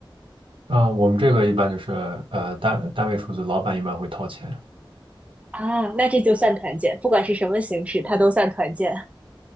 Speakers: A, on the right; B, on the right.
A: 啊，我们这个一般就是呃单单位出资，老板一般会掏钱。
B: 啊，那这就算团建，不管是什么形式，它都算团建。